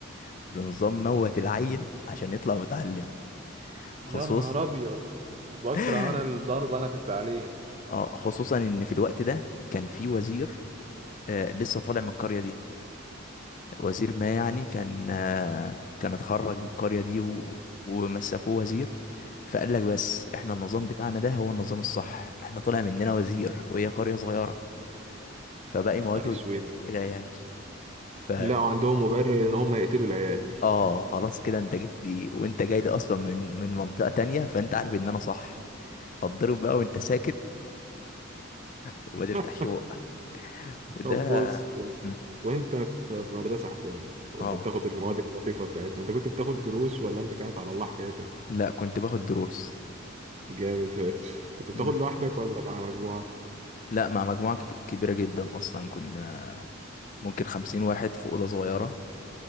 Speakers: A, on the left; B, on the right.
A: بنظام موت العيل عشان يطلع متعلم
B: يا
A: خصوص
B: نهار ابيض بكره
A: <laughs>
B: انا الضرب انا في التعليم
A: آه، خصوصا إن في الوقت ده كان في وزير آه، لسه طالع من القرية دي وزير ما يعني كان آه، كان اتخرج من القرية دي و... ومسكوه وزير فقال لك بس احنا النظام بتاعنا ده هو النظام الصح احنا طلع مننا وزير وهي قرية صغيرة فباقي
B: نهار
A: مواته
B: اسود
A: العيال ف
B: لا وعندهم مبرر ان هم يقتلوا العيال
A: اه خلاص كده انت جيت لي وانت جاي لي اصلا من من منطقة تانية فانت عارف ان انا صح فاتضرب بقى وانت ساكت <laughs> وما تفتحش
B: <laughs>
A: بقك وده
B: طب بص بص
A: مم.
B: وانت في في مدرسة حكومي وانت
A: اه
B: بتاخد المواد اللطيفة بتاعتنا انت كنت بتاخد دروس ولا انت كانت على الله حكايتك
A: لا كنت باخد دروس
B: جامد فشخ كنت بتاخد
A: مم.
B: لوحدك ولا مع مجموعة
A: لا مع مجموعة كت- كبيرة جدا أصلا كنا ممكن خمسين واحد في أوضة صغيرة